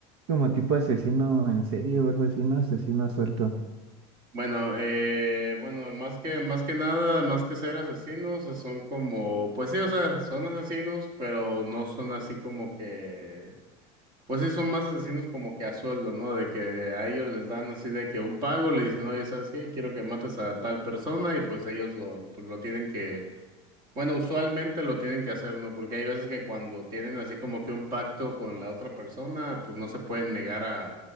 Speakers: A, on the right (about 65°); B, on the right (about 30°).
A: como tipo asesino en serie o algo así, ¿no? Asesino suelto.
B: Bueno, eh, bueno, más que, más que nada, más que ser asesinos, eh, son como, pues sí, o sea, son asesinos, pero no son así como que Pues sí, son más asesinos como que a sueldo, ¿no? De que a ellos les dan así de que un pago, le dicen, oye, ¿sabes qué? Quiero que mates a tal persona y pues ellos lo, pues, lo tienen que, bueno, usualmente lo tienen que hacer, ¿no? Porque hay veces que cuando tienen así como que un pacto con la otra persona, pues no se pueden negar a,